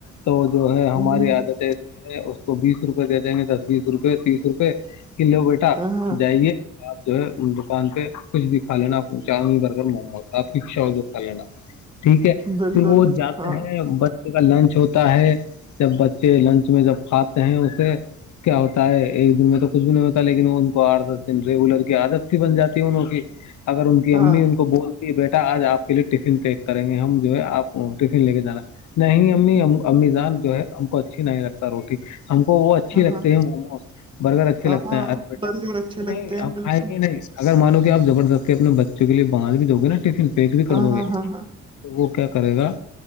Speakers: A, on the left; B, on the right.
A: تو جو ہے ہماری
B: ہوں،
A: عادت ایسی ہے اس کو بیس روپئے دے دیں گے دس بیس روپئے تیس روپے ک لو بیٹا
B: ہاں،
A: جائیے آپ جو ہے دکان پہ کچھ بھی کا لینا چاؤن برگر موموز آپ کیچھاؤ جو کھا لینا ج ٹھیک ہے
B: بالکل،
A: پھر وہ جاتے
B: ہاں،
A: ہیں بچے کا لنچ ہوتا ہے جب بچے لنچ اس میں جب کھاتے ہیں اسے کیا ہوتا ہے ایک دن میں تو کچھ بھی نہیں ہوتا لیکن ان کو آٹھ دس دن ریگولر کی عادت تھی بن جاتی ہے انوں کی اگر ان کی
B: ہاں،
A: امی ان کو بول یہ بیٹا آج آپ کے لیے ٹفن پیک کریں گے ہم جو ہے آپ ٹفن لے کے جانا ہے نہیں امی امیزان جو ہے ہم کو اچھی نہیں لگتا روٹی ہم کو وہ اچھی
B: ہاں،
A: لگتی
B: ہاں،
A: ہے موموز برگر اچھے
B: ہاں،
A: لگتا
B: ہاں،
A: ہے ارے بیٹا
B: برگر اچھے لگتے
A: نہیں
B: ہیں
A: آ
B: بالکل،
A: ہی نہیں اگر مانو کہ آپ زبردستی اپنے بچوں کے لیے بانج بھی دو گے نا ٹفن پیک بھی کر
B: ہاں،
A: دو
B: ہاں،
A: گے تو
B: ہاں،
A: وہ کیا کرے گا